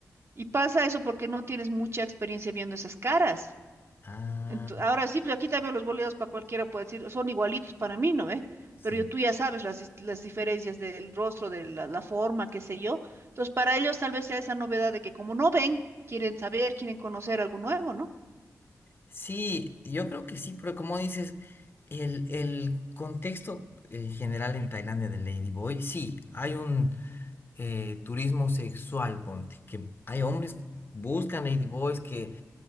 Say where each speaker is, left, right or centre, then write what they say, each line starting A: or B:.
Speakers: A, on the right (about 50°); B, on the left (about 40°).
A: Y pasa eso porque no tienes mucha experiencia viendo esas caras.
B: Ah,
A: Ento- ahora sí, pues aquí también los boleados para cualquiera puede decir, son igualitos para mí, ¿no ve?
B: sí.
A: Pero yo, tú ya sabes las, dis- las diferencias del rostro, de la, la forma, qué sé yo. Entonces, para ellos tal vez sea esa novedad de que como no ven, quieren saber, quieren conocer algo nuevo, ¿no?
B: Sí, yo creo que sí, pero como dices, el, el contexto en general en Tailandia de Lady Boy, sí, hay un eh, turismo sexual, ponte, que hay hombres que buscan Lady Boys que,